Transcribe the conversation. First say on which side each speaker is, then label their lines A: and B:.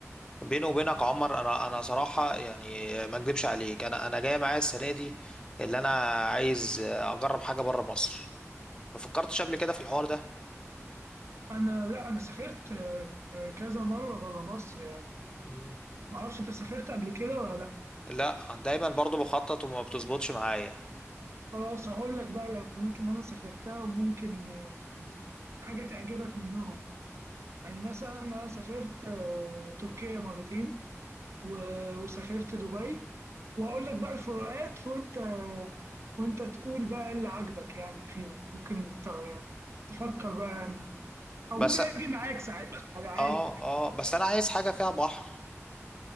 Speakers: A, on the left; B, on the right.
A: بيني وبينك يا عمر انا انا صراحه يعني ما اكذبش عليك انا انا جاي معايا السنه دي اللي انا عايز اجرب حاجه بره مصر ما فكرتش قبل كده في الحوار ده
B: أنا لا أنا سافرت آه، آه، كذا مرة بره مصر يعني
A: مم.
B: معرفش أنت سافرت قبل كده ولا لأ
A: لا دايما برضو بخطط وما بتظبطش معايا
B: خلاص هقول لك بقى الأماكن اللي أنا سافرتها وممكن آه، يعني حاجة تعجبك منهم يعني مثلا أنا سافرت آه، تركيا مرتين و- وسافرت دبي واقول لك بقى الفروقات وانت وانت تقول بقى إيه اللي عاجبك يعني فيهم ممكن ت- يعني تفكر بقى يعني او
A: بس
B: ممكن اجي معاك ساعات على عادي
A: اه اه بس انا عايز حاجه فيها بحر